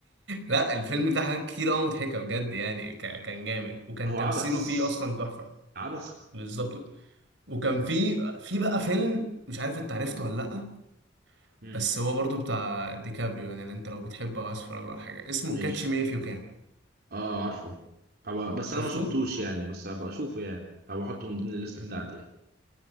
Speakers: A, on the right; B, on the right.
A: لا الفيلم ده حاجات كتير قوي مضحكة بجد يعني ك... كان جامد وكان
B: هو
A: تمثيله
B: عبس
A: فيه اصلا تحفة
B: عبس
A: بالظبط وكان في في بقى فيلم مش عارف انت عرفته ولا لا
B: امم
A: بس هو برضو بتاع ديكابريو يعني اللي انت لو بتحبه او عايز تتفرج له على حاجه اسمه
B: ماشي
A: كاتش مي اف يو كان
B: اه عارفه هبقى بس
A: شفته
B: انا ما شفتوش يعني بس هبقى اشوفه يعني هبقى احطه من ضمن الليست بتاعتي
A: إن-
B: يعني